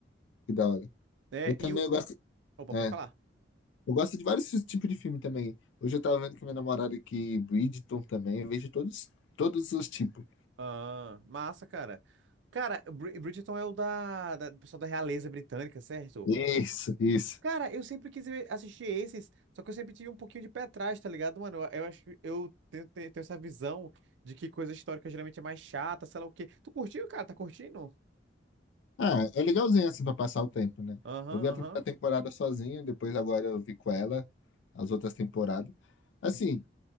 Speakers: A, on the left; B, on the right.
A: que da hora.
B: É,
A: Eu também
B: e o.
A: eu gosto...
B: Opa,
A: É,
B: pode falar.
A: eu gosto de vários tipos de filme também. Hoje eu tava vendo com minha namorada aqui, Bridgerton também, eu vejo todos, todos os tipos.
B: Ah, massa, cara. Cara, Bri- Bridgerton é o da, da do pessoal da realeza britânica, certo?
A: Isso, isso.
B: Cara, eu sempre quis ver- assistir esses, só que eu sempre tive um pouquinho de pé atrás, tá ligado, mano? Eu, eu acho que eu tenho, tenho- tenho essa visão de que coisa histórica geralmente é mais chata, sei lá o quê. Tu curtiu, cara? Tá curtindo?
A: Ah, é legalzinho assim pra passar o tempo, né?
B: Aham,
A: Eu vi a primeira
B: aham.
A: temporada sozinho, depois agora eu vi com ela as outras temporadas. Assim,